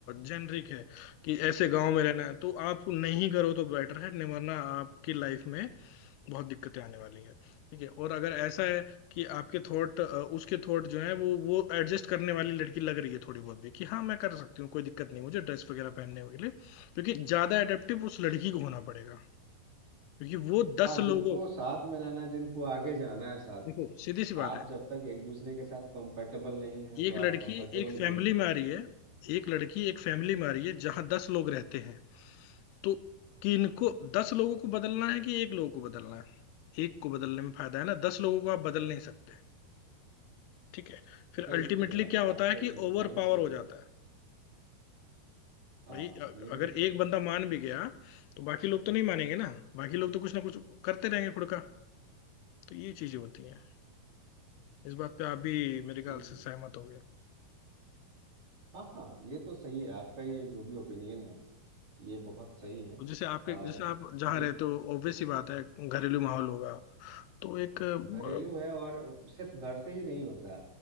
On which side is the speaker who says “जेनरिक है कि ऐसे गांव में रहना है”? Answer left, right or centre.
Left